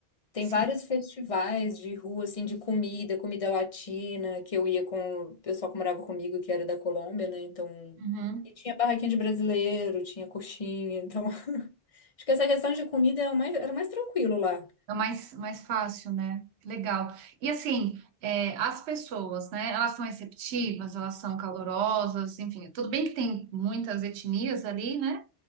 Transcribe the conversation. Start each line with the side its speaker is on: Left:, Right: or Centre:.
Left: Tem
Right: Sim.
Left: vários festivais de rua, assim, de comida, comida latina, que eu ia com o pessoal que morava comigo, que era da Colômbia, né? Então.
Right: Uhum.
Left: E tinha barraquinha de brasileiro, tinha coxinha. Então, <laughs> acho que essa questão de comida é o mais, era o mais tranquilo lá.
Right: É mais, mais fácil, né? Legal. E assim, é, as pessoas, né? Elas são receptivas, elas são calorosas, enfim. Tudo bem que tem muitas etnias ali, né?